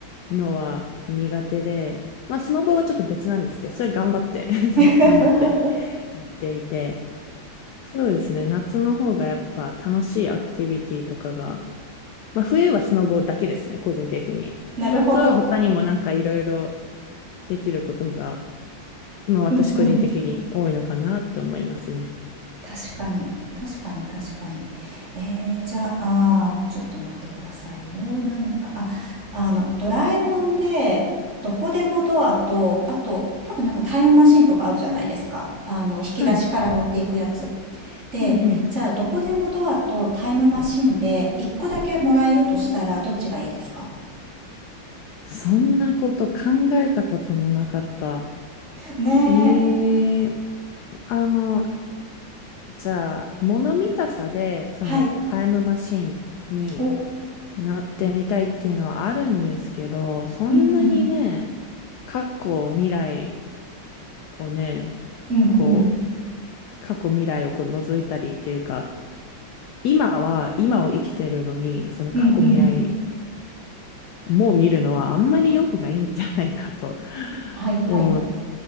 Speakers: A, on the left (about 75°); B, on the right (about 40°).
A: のは苦手で、まあ、スノボはちょっと別なんですけど、それ頑張って、<laughs>
B: <laughs>
A: そう、頑張ってやっていて、そうですね。夏の方がやっぱ楽しいアクティビティとかが、まあ冬はスノボだけですね、個人的に。
B: なるほど。
A: で、夏は他にもなんかいろいろできることが、まあ私個人的に多いのかなって思いますね。
B: うんうん。確かに。確かに確かに。えー、じゃあ、ちょっと待ってくださいよ。何か。あ、あの、ドラえもんで、どこでもドアと、あと、多分なんかタイムマシンとかあるじゃないですか。あの、引き出しから乗っていくやつ。
A: はい。
B: で、
A: うんうん。
B: じゃあ、どこでもドアとタイムマシンで、一個だけもらえるとしたら、どっちがいいですか
A: そんなこと考えたこともなかった。
B: ねえ。
A: ええあの、じゃあ、物見たさで、そのタイムマシンに
B: はい。お、う
A: なってみたいっていうのはあるんですけど、そんなにね、
B: んうん。
A: 過去、未来をね、
B: うんうん。
A: こう、過去、未来をこう覗いたりっていうか、今は、今を生きてるのに、その過去、
B: うんうん。
A: 未来も見るのはあんまり良くないんじゃないかと <laughs>
B: はいはい。
A: 思っ